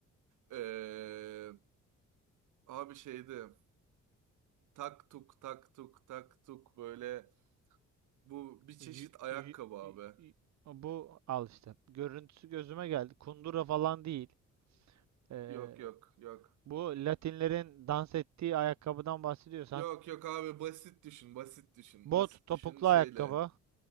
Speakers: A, on the right; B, on the right.
A: Ee, abi şeydi. Tak tuk tak tuk tak tuk böyle. Bu bir çeşit
B: Yü-
A: ayakkabı
B: yü-
A: abi.
B: yü- yü- bu al işte. Görüntüsü gözüme geldi. Kundura falan değil. Ee,
A: Yok yok yok.
B: bu Latinlerin dans ettiği ayakkabıdan bahsediyorsan.
A: Yok yok abi basit düşün basit düşün.
B: Bot
A: Basit
B: topuklu
A: düşün şeyle.
B: ayakkabı.